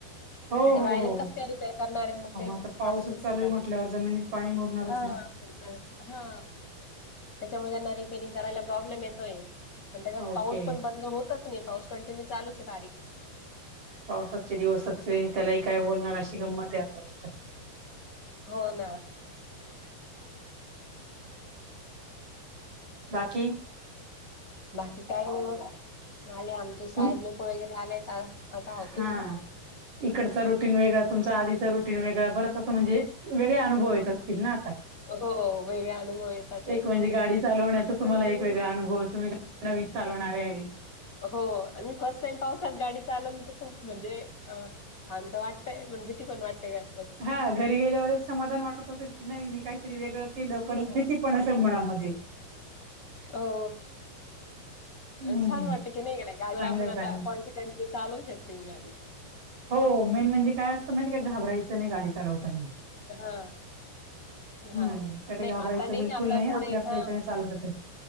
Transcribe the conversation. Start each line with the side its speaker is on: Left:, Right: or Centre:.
Right: हो
Left: ते
Right: हो
Left: वायरिंग
Right: हो
Left: कस का रिपेअर करणार आहे मग
Right: हो
Left: ते
Right: आता पाऊसच
Left: अशी गोष्ट
Right: चालू
Left: झाली.
Right: आहे म्हटल्यावर जमिनीत पाणी मुरणारच
Left: हा
Right: ना.
Left: हा त्याच्यामुळेना रिफेरिंग करायला प्रॉब्लेम येतोय, आणि त्याच्यात
Right: ओके
Left: पाऊस पण ब होतच नाही, पाऊस कंटिन्यू चालूच आहे. बारीक
Right: पाऊस आजचा दिवसच आहे. त्यालाही काय बोलणार अशी गंमत आता आहे की,
Left: हो ना,
Right: <unintelligible> बाकी
Left: बाकी काय नाही मग <inaudible> आले आमचे साहेब
Right: तुम
Left: लोक वगैरे आलेत आता
Right: हा.
Left: ऑफिसला,
Right: इकडचा रुटीन वेगळा तुमचा आधीचा रटन वेगळा बरच असं म्हणजे वेगळे अनुभव आहेत. असतील ना आता,
Left: हो वेगळे अनुभव येतात
Right: एक म्हणजे गाडी चालवण्या
Left: ते.
Right: तुम्हाला एक वेगळा अनुभव तुम्ही, नवीन चालवणारे,
Left: हो आणि फर्स्ट टाईम पावसात गाडी चालवली तर खूप म्हणजे, छानत तर वाटतंय, पण भीती पण वाटतेय ना,
Right: हा घरी गेल्यावर एक समाधान वाटत असेल की, नाही मी काहीतरी वेगळं केलं पण भीतीपण असेल मनामध्ये,
Left: हो
Right: हम्म
Left: छान वाटत की नाही. ग गाडीवर
Right: चांगलंय
Left: आपण
Right: चांगलंय.
Left: आता कॉन्फिडेंटली चालवू शकते मी गाडी,
Right: हो, हो मेन म्हणजे काय असतं माहिती आहे का? घाबरायचं नाही गाडी चालवताना.
Left: हा हा
Right: हम्म त्या
Left: नाही
Right: घाबरायचं
Left: आता नाही
Right: बिलकुल
Left: आता थोडे
Right: आपल्या आपल्या
Left: हा,
Right: याच्याने चालवतात